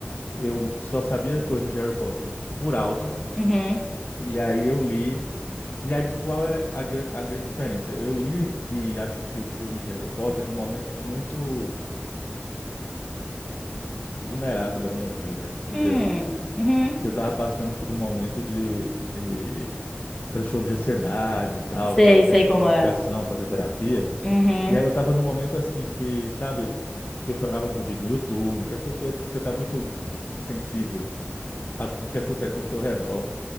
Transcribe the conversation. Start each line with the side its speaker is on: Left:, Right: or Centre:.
Left: eu só sabia coisas de Harry Potter por alto,
Centre: Uhum.
Left: e aí eu li. E aí, qual é a, gra- a grande diferença? Eu li e assisti os filmes de Harry Potter num momento muito vulnerável da minha vida, vamos
Centre: Hum.
Left: dizer assim.
Centre: Uhum.
Left: Eu estava passando por um momento de, de transtorno de ansiedade e tal,
Centre: Sei,
Left: estava tendo
Centre: sei
Left: que tomar
Centre: como
Left: medicação,
Centre: é.
Left: fazer terapia.
Centre: Uhum.
Left: E aí eu tava num momento assim que, sabe, que eu chorava com vídeo no YouTube, essas coisas assim que você tá muito sensível a tudo que acontece ao seu redor.